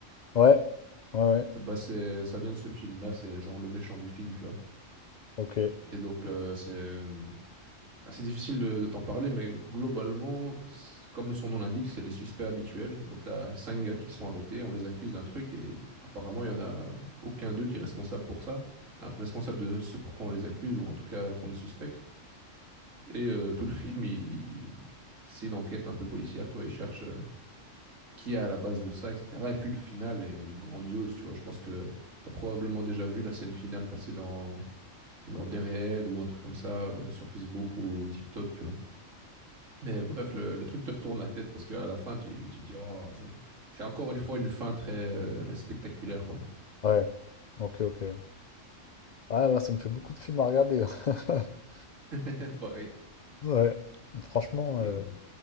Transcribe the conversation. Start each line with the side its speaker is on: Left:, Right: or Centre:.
Left: Ouais, ouais, ouais.
Right: Bah c'est, ça vient de ce film-là, c'est genre le méchant du film, tu vois.
Left: Ok,
Right: Et donc euh, c'est, Enfin, c'est difficile de, de t'en parler, mais globalement, c'est- comme son nom l'indique, c'est les suspects habituels. Donc, tu as cinq gars qui sont arrêtés, on les accuse d'un truc, et apparemment, il n'y en a aucun d'eux qui est responsable pour ça, hein, responsable de ce pourquoi on les accuse, ou en tout cas qu'on les suspecte. Et euh, tout le film, il- il- c'est une enquête un peu policière, tu vois, il cherche euh, qui est à la base de ça, etc. Et puis, le final est grandiose, tu vois. Je pense que tu as probablement déjà vu la scène finale passer dans, dans des réels ou un truc comme ça, euh, sur Facebook ou TikTok, tu vois. Mais bref, le, le truc te retourne la tête parce qu'à la fin, tu, tu dis, oh, c'est c'est encore une fois une fin très euh, spectaculaire, quoi.
Left: ouais. Ok, ok. Ah, là, ça me fait beaucoup de films à regarder. <laughs>
Right: <laughs> C'est pareil.
Left: Ouais. Franchement, euh,
Right: Euh,